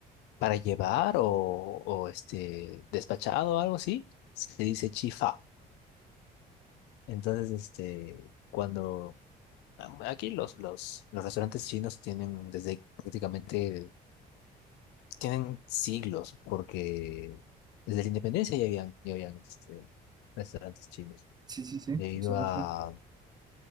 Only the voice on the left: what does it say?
para llevar o, o, este, despachado o algo así, se dice chifa. Entonces, este, cuando aquí los, los, los restaurantes chinos tienen desde prácticamente, tienen siglos, porque desde la independencia ya habían, ya habían este, restaurantes chinos,
debido
a,